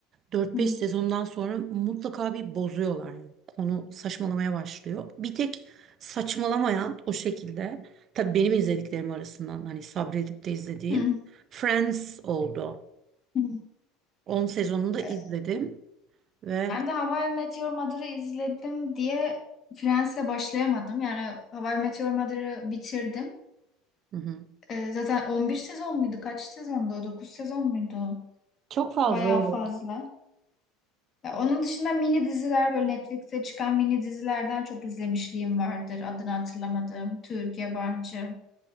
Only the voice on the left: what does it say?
hı,
hı,
hı.
E,
ben de How I Met Your Mother'ı izledim diye Friends'e başlayamadım. Yani How I Met Your Mother'ı bitirdim.
E, zaten 11 sezon muydu? Kaç sezondu o? 9 sezon muydu?
Bayağı
fazla. Ya onun dışında mini diziler böyle Netflix'e çıkan mini dizilerden çok izlemişliğim vardır. Adını hatırlamadığım. Türk, yabancı.